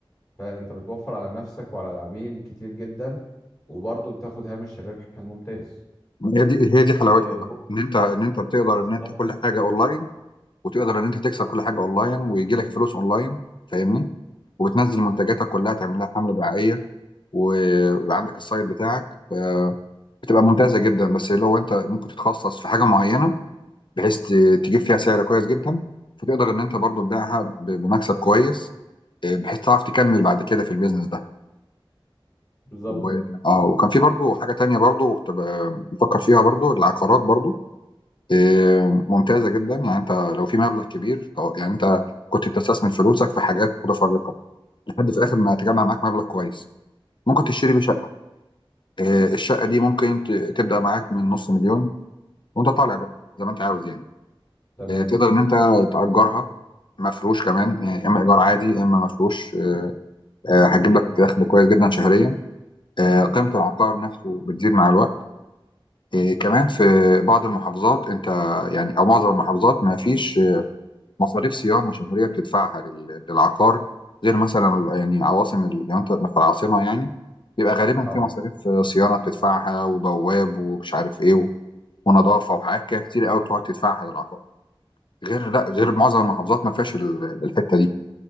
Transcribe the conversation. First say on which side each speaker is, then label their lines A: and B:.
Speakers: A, on the left; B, on the left.
A: فانت بتوفر على نفسك وعلى العميل كتير جدا وبرضه بتاخد هامش الربح الممتاز
B: ما هي دي هي دي حلاوتها
A: آه، ب-
B: بقى ان انت ان انت بتقدر
A: بالظبط
B: ان انت كل حاجه اونلاين وتقدر ان انت تكسب كل حاجه اونلاين ويجي لك فلوس اونلاين فاهمني وبتنزل منتجاتك كلها تعمل لها حمله دعائيه و- وعندك السايت بتاعك فبتبقى ممتازه جدا بس لو انت ممكن تتخصص في حاجه معينه بحيث ت- تجيب فيها سعر كويس جدا فتقدر ان انت برضو تبيعها ب- بمكسب كويس آه، بحيث تعرف تكمل بعد كده في البيزنس ده
A: بالظبط
B: و... اه وكان في برضو حاجه تانية برضو كنت ب- بفكر فيها برضو العقارات برضو إيه، ممتازة جدا يعني انت لو في مبلغ كبير طو- يعني انت كنت بتستثمر فلوسك في حاجات متفرقة لحد في الاخر ما تجمع معاك مبلغ كويس ممكن تشتري بيه شقة إيه، الشقة دي ممكن ت- تبدأ معاك من نص مليون وانت طالع بقى زي ما انت عاوز يعني
A: تمام
B: إيه، تقدر ان انت تأجرها مفروش كمان يعني اما ايجار عادي اما مفروش إيه، هتجيب لك دخل كويس جدا شهريا إيه، قيمة العقار نفسه بتزيد مع الوقت إيه، كمان في بعض المحافظات انت يعني او معظم المحافظات ما فيش مصاريف صيانه شهريه بتدفعها لل- للعقار غير مثلا يعني عواصم ال- لو انت في العاصمه يعني بيبقى غالبا
A: اه
B: في مصاريف صيانه بتدفعها وبواب ومش عارف ايه و- ونظافه وحاجات كده كتير قوي بتقعد تدفعها للعقار غير لا غير معظم المحافظات ما فيهاش ال- الحته دي